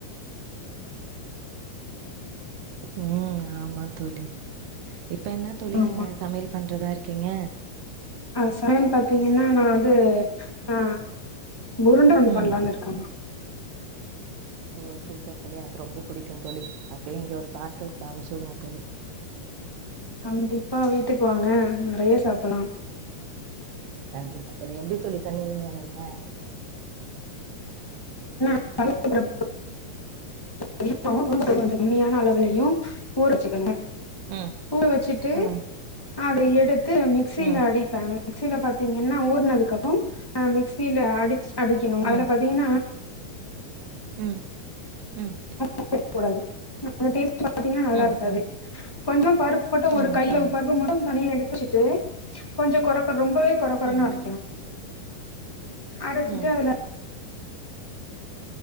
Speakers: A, on the right (about 85°); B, on the left (about 15°).
A: ம் ஆமா தோழி இப்ப என்ன தோழி
B: ஆமா
A: நீங்க சமையல் பண்றதா இருக்கீங்க
B: அ சமையல் பாத்தீங்கன்னா நா வந்து ஆ உருண்டா குழம்பு
A: ம்.
B: பண்ணலானு இருக்கோ
A: ஓ சூப்பர் தோழி எனக் ரொம்ப பிடிக்கும் தோழி அப்டியே இங்க ஒரு பார்சல் அமிச்சி விடுங்க தோழி
B: கண்டிப்பா வீட்டுக் வாங்க நெறைய சாப்பிடலா
A: கண்டிப்பா தோழி எப்டி தோழி பண்ணுவீங்க நீங்க
B: <unintelligible> அதிகமாவு உளுந்த பயற கொஞ்சோ கம்மியான அளவுலயு ஊற வெச்சிக்கனோ
A: ம்
B: பூவ வெச்சிட்டு
A: ம்
B: அத எடுத்து மிக்ஸில
A: ம்
B: அடிப்பாங்க மிக்ஸில பாத்தீங்கன்னா ஊர்னதுக்கப்ரோ அ மிக்ஸில அடிச் அடிக்கெணோ
A: ம்
B: அதுல பாத்தீங்கன்னா
A: ம் ம்
B: எல்லாத்தையு கூடாது அந்த டேஸ்ட் ட பாத்தீங்கன்னா நல்லா
A: ம் ம்
B: இருக்காது கொஞ்சோ பருப்பு மட்டு ஒரு
A: ம்
B: கையில
A: ம்
B: பருப்பு மட்டு தனியா எடுத் து வெச்சுட்டு கொஞ்சோ கொற கொற ரொம்பவே கொற கொறனு
A: ம்
B: அரைக்கனோ அரச்சிட்டு
A: ம்
B: அதுல